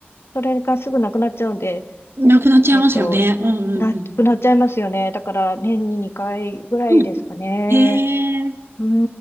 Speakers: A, on the left; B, on the right.
A: それがすぐなくなっちゃうんで、
B: なくなっちゃいますよね。
A: えっと、
B: うんうんうん。
A: なくなっちゃいますよね。だから、年に2回ぐらいですかね。
B: うん。へえ。
A: うー